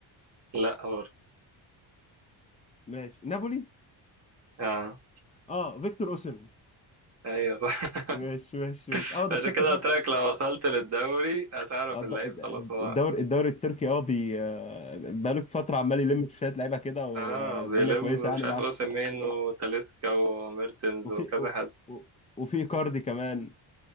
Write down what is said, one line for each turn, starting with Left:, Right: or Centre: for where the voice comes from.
Right: لا هور
Left: ماشي نابولي
Right: اه
Left: اه فيكتور اوسيمين
Right: <laughs> ايوه صح <laughs>
Left: ماشي ماشي ماشي اه ده
Right: عشان
Left: التركي
Right: كده
Left: فعلا
Right: قلت لك لو وصلت للدوري هتعرف
Left: اه الد-
Right: اللعيب خلاص هو
Left: الدوري الدوري التركي اه بي آه، بقاله فترة عمال يلم في شوية لعيبة كده والدنيا
Right: اه بيلم
Left: كويسة يعني
Right: مش عارف
Left: معاه
Right: اوسيمين وتاليسكا وميرتنز
Left: وفي
Right: وكذا
Left: و-
Right: حد
Left: و- وفي كاردي كمان